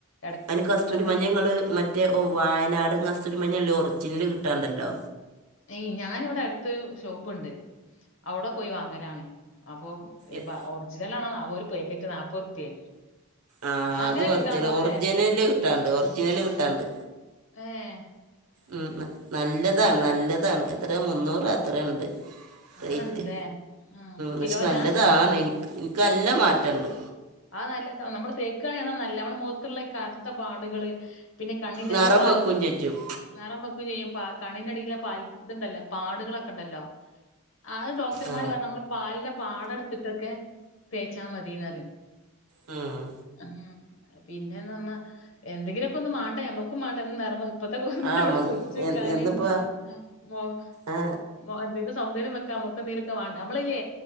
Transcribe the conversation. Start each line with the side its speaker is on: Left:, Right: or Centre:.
Left: എട-
Right: അതിന് കസ്തൂരിമഞ്ഞങ്ങൾ
Left: അങ്ങനെ
Right: മറ്റേ ഓ വയനാടും കസ്തൂരിമഞ്ഞല്ലേ ഒറിജിനൽ കിട്ടാണ്ടല്ലോ
Left: യ് ഞാനിവിടെ അടുത്തൊരു ഷോപ്പുണ്ട് അവിടെ പോയി വാങ്ങലാണ അപ്പോ
Right: എ-
Left: ഒറിജിനൽ ആണോ ന ഒരു പാക്കറ്റ് നാപ്പത് റുപ്യ
Right: ആഹ്
Left: അങ്ങനെ
Right: അത് വറുദേ
Left: കിട്ടാണ്ടാവൂലേ
Right: ആണ് ഒറിജിനല് കിട്ടാണ്ട് ഒറിജിനല് കിട്ടാണ്ട്
Left: ഏയ്
Right: ഉം നല്ലതാണ് നല്ലതാണ് എത്ര മുന്നൂറ്
Left: ആ
Right: അത്ര ഉണ്ട്
Left: അത്ര
Right: റേറ്റ്
Left: ഉണ്ടല്ലേ ആ
Right: പക്ഷെ
Left: കിലോനാ
Right: നല്ലതാണ് എനിക്ക് എനിക്കല്ല മാറ്റണ്ട്
Left: ആ നല്ല നമ്മള് തേക്കുകണെ അത നല്ല നമ്മുടെ മുഖത്തുള്ള ഈ കറുത്ത പാടുകള് പിന്നെ കണ്ണിൻ
Right: നിറം
Left: ഈ പാൽ
Right: വെക്കും ചെജ്ജും
Left: നറൻ പെക്കും ചെയ്യും പ കണിനടിയിലെ പാൽ ഇത്ണ്ടല്ലോ പാടുകളൊക്കെ ഉണ്ടല്ലോ ആത് ഡോക്ടർമാര്
Right: ആ
Left: പറഞ്ഞു നമ്മളള് പാലിന്റെ പാട എടുത്തിട്ടൊക്കെ തേച്ചാ മതിന്ന്റിയ
Right: ഉം
Left: ഉം പിന്നെന്ന് പറഞ്ഞാ എന്തെങ്കിലുമൊക്കെ ഒന്ന് മേണ്ട എമ്മക്കും മേണ്ടന്ന് അപ്പത്തെ കോരുമ്പോ
Right: ആ
Left: അവിടെ
Right: മ
Left: പൊടച്ച്ക്കാന്
Right: എ- എന്നിപ്പോ
Left: <unintelligible>
Right: ആ
Left: എന്ത സൗന്ദര്യം വെക്കാൻ നമുക്ക് നരക്ക വേണ്ട നമ്മളല്ലേ